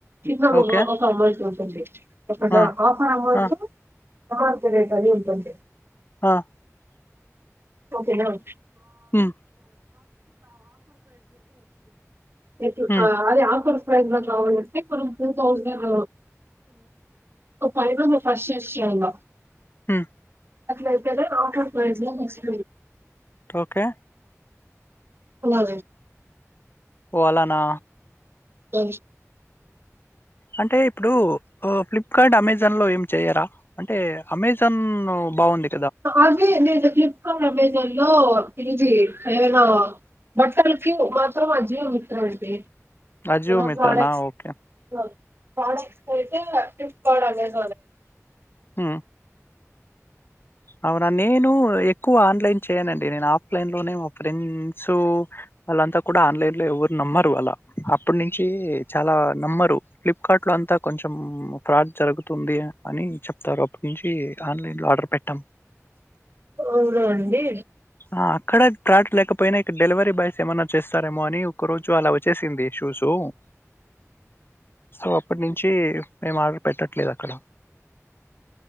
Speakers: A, on the right (about 45°); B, on the left (about 40°).
A: కింద
B: ఓకే.
A: ఒక అమౌంట్ ఉంటుంది. అక్కడ
B: ఆ!
A: ఆఫర్ అమౌంటు
B: ఆ!
A: అమౌంట్ రేట్ అది ఉంటుంది
B: ఆ
A: ఓకేనా <unintelligible>
B: హ్మ్.
A: ఎ అదే
B: హ్మ్.
A: ప్రైజ లో కావాలంటే ఇప్పుడు టూ థౌజండ్ ఒక ఫైవ్ లో ఫస్ట్ చేసి చేయాల
B: మ్
A: అట్లా <unintelligible>
B: ఓకే
A: అలా
B: ఓలనా
A: అ
B: అంటే ఇప్పుడు ఫ్లిప్కార్ట్ అమెజాన్ లో ఏమి చెయరాా అంటే అమెజాన్ బాగుంది
A: అగే నేను ఫ్లిప్ హలో పిజీ ఏమైనా బట్టలకి మాత్రం ఆ జీవం మత్ర అండి
B: అజీవు
A: ఏమైనా
B: మీత్రనా
A: ప్రోడక్ట్స్
B: ఓకే
A: <inaudible>
B: హ అవునా నేను ఎక్కువ ఆన్లైన్ చేయనండి, నేను ఆఫ్లైన్ లోనే మా ఫ్రెండ్స్, వాళ్ళంతా కూడా ఆన్లైన్ లో ఎవరు నమ్మరు వాళ్ళ అప్పుడు ను చి చాలా నమ్మరు ఫ్లిప్కార్ట్ లో అంతా కొంచెం ఫ్రాడ్ జరుగుతుంది అని చెప్తారు అప్పటి నుంచి ఆన్లైన్ లో ఆర్డర్ పెట్ట
A: అవును అండి
B: ఆ అక్కడ స్ార్ట్లేకపోయినా ఇక్కడ డెలివరీ బాయ్స్ ఏమైనా చేస్తారేమో అని, ఒక రోజు అలా వచ్చేసింది షూసు, సో అప్పటి నుంచి మేము ఆర్డర్ పెట్టట్లేదు అక్కడ